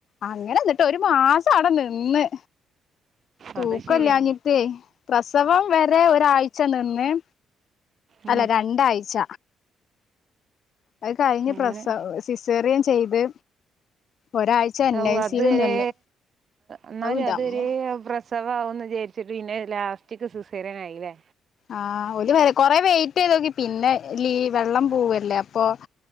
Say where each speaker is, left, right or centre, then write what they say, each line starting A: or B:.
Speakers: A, on the left; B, on the right.
A: അങ്ങനിട്ടോ ഒരു മാസം അവിടെ നിന്ന്. തൂക്കിലഞ്ഞിട്ടേ
B: അത് ശരിയാ
A: പ്രസവം വരെ ഒരാഴ്ച നിന്ന്-
B: ഉം
A: അല്ല രണ്ടാഴ്ച അത് കഴിഞ്ഞ്
B: അങ്ങനെ
A: പ്രസവ സിസേറിയൻ ചെയ്ത് ഒരാഴ്ച എൻ
B: ഓ
A: ഐ
B: അതേലെ
A: സിയിലും നിന്ന്
B: എന്നാലും
A: ഔ ന്റമ്മോ
B: അതൊരു പ്രശ്- പ്രസവാവോന്നു വിചാരിച്ചിട്ട് പിന്നെ ലാസ്റ്റിക്ക് സിസേറിയൻ ആയില്ലേ
A: ആഹ് ഒലു വരെ കൊറെ വെയിറ്റ് ചെയ്ത് നോക്കി പിന്നെ ലീ വെള്ളം പോവല്ലേ അപ്പൊ